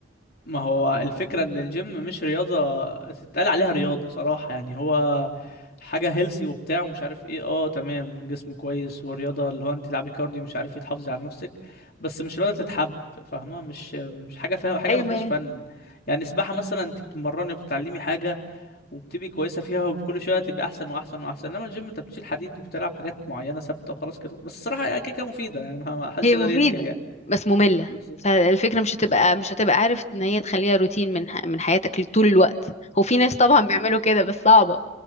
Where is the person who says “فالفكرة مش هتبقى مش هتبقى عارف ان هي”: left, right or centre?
Left